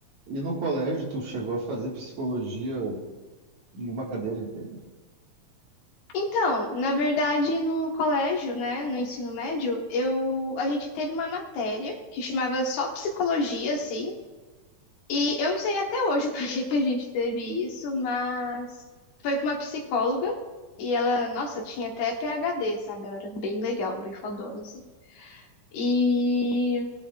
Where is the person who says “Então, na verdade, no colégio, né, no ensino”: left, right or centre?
Left